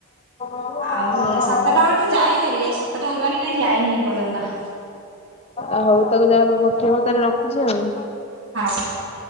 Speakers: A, on the left; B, on the right.
A: ଓହୋ
B: ଆଉ ସାତଟା ବେଳେ ତ ଯାଏ ହାରି ସାତଟା ହେଲାନି କାହିଁ ଯାଇନି ଏପର୍ଯ୍ୟନ୍ତ।
A: ଆଉ ହଉ ତାକୁ ଯାହା ପଠେଇବ ତାହଲେ ରଖୁଛି ଆଉ।
B: ହଉ ହଉ।